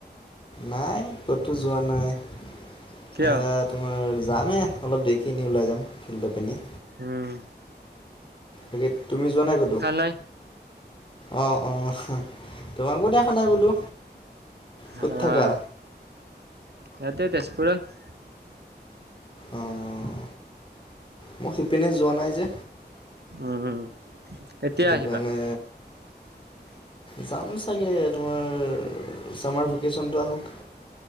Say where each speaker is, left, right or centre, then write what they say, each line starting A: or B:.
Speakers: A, on the left (about 30°); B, on the right (about 70°).
A: নাই ক'তো যোৱা নাই এ
B: কিয়
A: তোমাৰ। যামেই অলপ দেৰিকিনি ওলাই যাম ফিল্ডত পিনি
B: হম।
A: তাকে তুমি যোৱা নাই ক'তো।
B: নাই
A: অ', অ' তোমাকো দেখা নাই বোলো। ক'ত
B: আহ
A: থাকা
B: ইয়াতে তেজপুৰত
A: অ' মই শিপিনে যোৱা নাই যে।
B: উম। কেতিয়া
A: টো
B: আহিবা
A: কাৰানে।
B: <unintelligible>
A: যাম চাগে তোমাৰ ছামাৰ ভেকেশ্যনটো আহক।